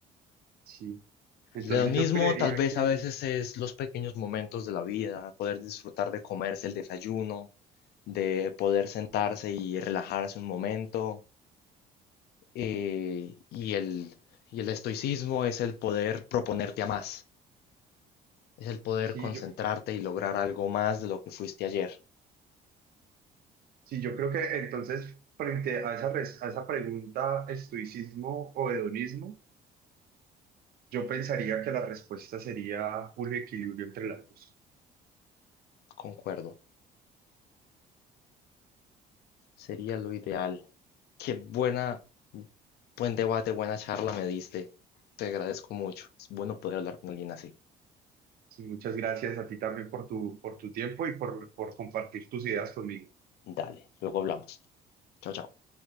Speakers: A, on the right; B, on the left.
A: Sí. Entonces
B: El hedonismo
A: yo creería
B: tal vez
A: que,
B: a veces es los pequeños momentos de la vida, poder disfrutar de comerse el desayuno, de poder sentarse y relajarse un momento. eh, y, el, y el estoicismo es el poder proponerte a más, es el poder
A: sí,
B: concentrarte
A: yo,
B: y lograr algo más de lo que fuiste ayer.
A: sí, yo creo que entonces frente a esa, res- a esa pregunta, estoicismo o hedonismo, Yo pensaría que la respuesta sería un equilibrio entre las dos.
B: Concuerdo, sería lo ideal. Qué buena, buen debate, buena charla me diste. Te agradezco mucho. Es bueno poder hablar con alguien así.
A: Sí, muchas gracias a ti también por tu, por tu tiempo y por, por compartir tus ideas conmigo.
B: Dale, luego hablamos. Chao, chao.